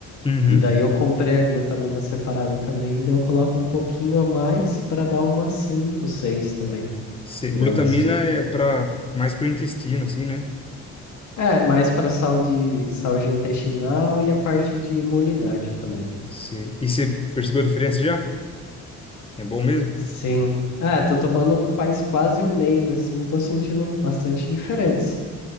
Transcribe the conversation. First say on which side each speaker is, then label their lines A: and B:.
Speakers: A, on the left; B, on the left.
A: Uhum.
B: E daí eu comprei a glutamina separada também, daí eu coloco um pouquinho a mais para dar umas 5, 6 também
A: Cê-
B: gramas.
A: glutamina é para mais para o intestino, assim, né?
B: É, mais para saúde, saúde intestinal e a parte de imunidade também.
A: Cê- e você percebeu a diferença já? É bom mesmo?
B: Sim. É, tô tomando faz quase um mês assim, tô sentindo bastante diferença.